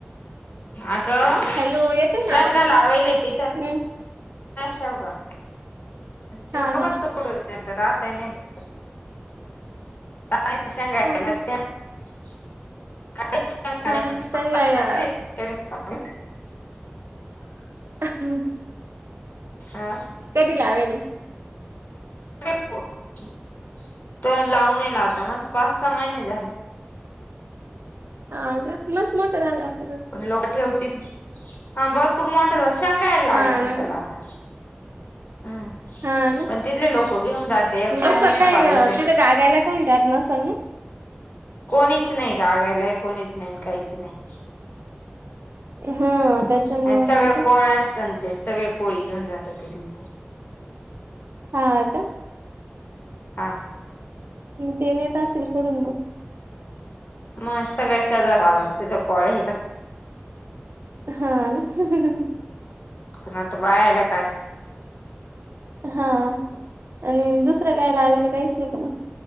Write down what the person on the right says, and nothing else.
हॅलो येतोय
ना आवाज
हम्म
हा हा
हा
हा सांगा या
<inaudible>
कधी लावेेले
हा का मस्त मोठं झालं असेल.
हा ना
हा ना
लोक
काय
तिथे गागायला कोणी राहत नसेल नई
हा त्याच्यामुळ
मग काय
हा आता
ते नेत असेल खडून मग
हा ना
हा आणि दुसरं कायला हवेला काहीच नाही का मग